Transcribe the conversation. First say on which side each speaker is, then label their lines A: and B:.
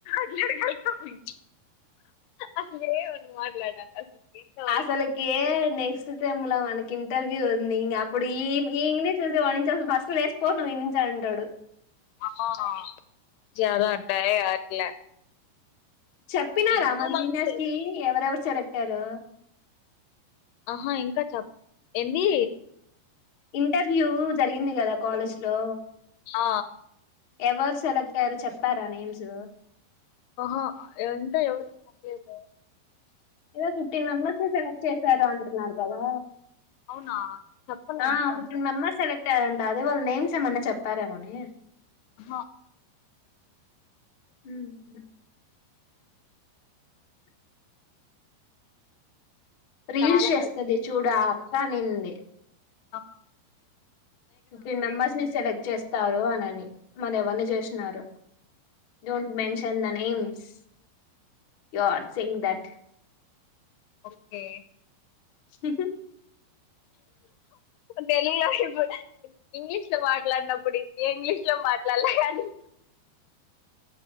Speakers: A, on the left; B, on the left.
A: ఎట్ల <unintelligible> అసలే ఎమని మాట్లాడాలి ఏందో వాళ్ళకి
B: అసలుకే నెక్స్ట్ సేమ్ముల వానిక్ ఇంటర్వ్యూ ఉంది ఇంగ అప్పుడు ఇమ్ ఇమ్ <unintelligible> ఫస్ట్ లేస్పో నువ్ ఇన్నుంచి అంటడు
A: ఆ యాదో అట్టయే అట్లా
B: చెప్పినారా
A: ఈ టూ
B: మన
A: మంత్స్
B: సినియర్స్ కి ఎవరివరు సెలెక్ట్ యరో
A: ఆహా ఇంకా చెప్ ఏంది
B: ఇంటర్వ్యూ జరిగింది గదా కాలేజ్ లో
A: ఆ
B: ఎవరు సెలెక్ట్ అయ్యారు చెప్పారా నేమ్స్
A: ఆహా ఎంత ఎవ్ చెప్పలేదు
B: ఏదో ఫిఫ్టీన్ మెంబర్స్ ని సెలెక్ట్ చేశారు అంటున్నారు కదా
A: అవునా చెప్పలా
B: ఆ
A: ఇంకా
B: ఫిఫ్టీన్
A: నేను.
B: మెంబెర్స్ సెలెక్ ట్టారంట అదే వాళ్ నేమ్స్ ఏమన్నా చెప్పారేమో అని
A: హా
B: హు మ్ రీల్స్
A: చాలా
B: చేస్తది చూడ్ అ అక్క అనింది
A: అ
B: ఫిఫ్టీన్ మెంబర్స్ ని సెలెక్ట్ చేస్తారు. అనని మరి ఎవరిని చేష్ణరో don't mention the names you are saying that
A: okay
B: హు హు
A: తెలీలా ఇప్ ఇంగ్లీష్ లో మాట్లాడినప్పుడు ఏ ఇంగ్లీష్ లో మాట్లాడలే గాని